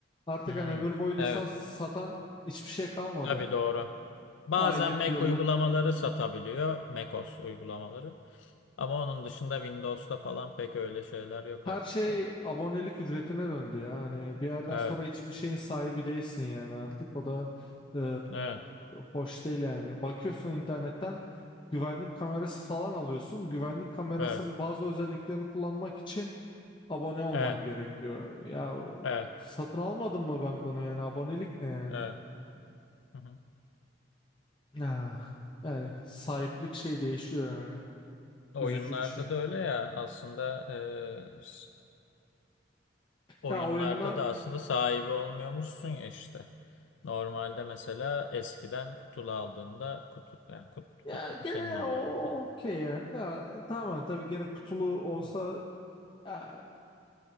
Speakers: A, on the left; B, on the left.
A: Artık
B: Hmm,
A: hani ömür boyu
B: evet.
A: lisans satan hiçbir şey kalmadı.
B: Tabii doğru. Bazen
A: Aylık,
B: Mac
A: yıllık.
B: uygulamaları satabiliyor. macOS uygulamaları. Ama onun dışında Windows'ta falan pek öyle şeyler yok
A: Her
B: artık
A: şey
B: tabii.
A: abonelik ücretine döndü ya. Hani bir yerden
B: Evet,
A: sonra hiçbir şeyin sahibi değilsin yani artık. O da e,
B: evet,
A: hoş değil yani. Bakıyorsun internetten güvenlik kamerası falan alıyorsun. Güvenlik kamerasının
B: evet,
A: bazı özelliklerini kullanmak için abone olman
B: evet,
A: gerekiyor. Ya
B: evet,
A: satın almadım mı ben bunu yani? Abonelik ne yani?
B: evet. Hı hı.
A: Ah, yani sahiplik şey değişiyor yani.
B: Oyunlarda
A: Üzücü bir şey.
B: da öyle ya aslında e, s- oyunlarda
A: Ya oyunlar
B: da aslında sahibi olmuyormuşsun ya işte. Normalde mesela eskiden kutulu aldığında kutu yani kut,
A: Ya
B: kutulu
A: gene
B: senin oluyordu
A: o
B: falan.
A: okey yani de e, tamamen tabii gene kutulu olsa
B: Hı
A: ya-